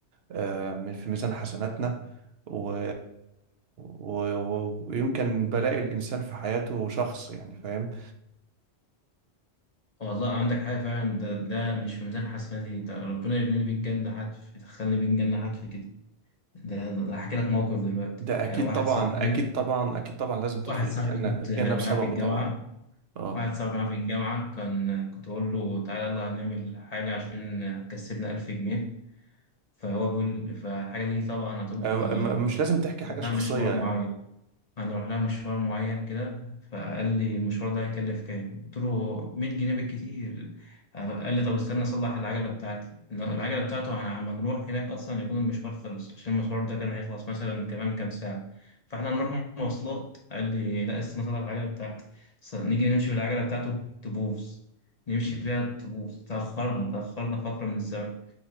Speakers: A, on the right; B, on the left.
A: آه، من- في ميزان حسناتنا و... و... و- ويمكن بلاء الإنسان في حياته شخص يعني فاهم
B: والله عندك حاجة فعلا ده, ده مش في ميزان حسناتي ده ربنا يرميني بيك جنة حتف يدخلني بيك جنة حتف كده ده, ده هحكي لك موقف دلوقتي
A: ده
B: يعني
A: أكيد
B: واحد
A: طبعا
B: صاحبي
A: أكيد طبعا أكيد طبعا لازم تدخل
B: واحد صاحبي
A: الجنة
B: كنت
A: الجنة
B: معاه
A: بسببه
B: في الجامعة
A: طبعا اه
B: واحد صاحبي معاه في الجامعة كان كنت بقول له تعالى يلا هنعمل حاجة عشان هتكسبنا ألف جنيه فهو بيقول فالحاجة دي طبعا هتبقى
A: آه، م- مش لازم تحكي
B: محتاجة
A: حاجة شخصية
B: مشوار
A: يعني
B: معين هنروح لها مشوار معين كده فقال لي المشوار ده هيكلف كام قلت له 100 جنيه بالكتير آه، قال لي طب استنى اصلح العجله بتاعتي لو العجله بتاعته عم نروح هناك اصلا يكون المشوار خلص عشان المشوار ده كان هيخلص مثلا كمان كام ساعه فاحنا هنروح مواصلات قال لي لا استنى اصلح العجله بتاعتي ص- نيجي نمشي بالعجله بتاعته تبوظ نمشي بيها تبوظ تأخرنا تأخرنا فترة من الزمن